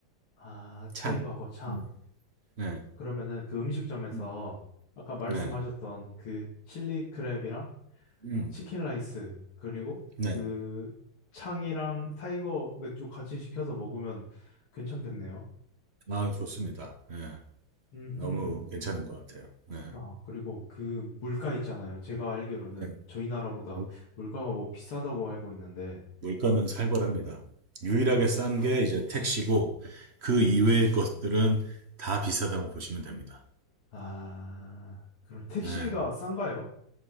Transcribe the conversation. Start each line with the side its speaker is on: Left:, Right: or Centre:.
Left: 아, 타이거하고
Right: 창.
Left: 창.
Right: 네. 네.
Left: 그러면은 그 음식점에서
Right: 음.
Left: 아까 말씀하셨던
Right: 네.
Left: 그 칠리 크랩이랑
Right: 음.
Left: 치킨 라이스 그리고
Right: 네.
Left: 그 창이랑 타이거 맥주 같이 시켜서 먹으면 괜찮겠네요.
Right: 아, 좋습니다. 네.
Left: 음.
Right: 너무 괜찮은 것 같아요. 네.
Left: 아, 그리고 그 물가 있잖아요. 제가 알기로는
Right: 네.
Left: 저희 나라보다
Right: 물-
Left: 물가가 뭐 비싸다고 알고 있는데
Right: 물가는 살벌합니다. 유일하게
Left: 아,
Right: 싼 게 이제 택시고 그 이외의 것들은 다 비싸다고 보시면 됩니다.
Left: 아, 그럼 택시가
Right: 네.
Left: 싼가요?